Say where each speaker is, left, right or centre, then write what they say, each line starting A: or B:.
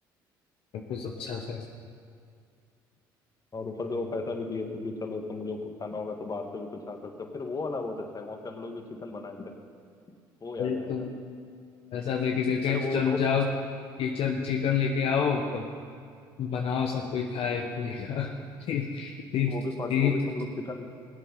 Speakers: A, on the left; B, on the left.
A: सब कुछ अच्छा
B: हम्म।
A: था
B: और ऊपर से वो पैसा भी दिए थे कि चलो तुम लोग को खाना होगा तो बाहर से भी कुछ खा सकते हो फिर वो वाला बहुत अच्छा है वहाँ पे हम लोग जो चिकन बनाए थे वो याद
A: भाई
B: रहेगा
A: तुम ऐसा देके गए
B: अरे
A: कि
B: वो
A: चल
B: दोस्त
A: जाओ किचन चिकन लेके आओ बनाओ
B: हम्म
A: सब कोई खाए पिएगा ठीक ठीक
B: वो भी
A: ठीक
B: फॉर वो भी तुम लोग चिकन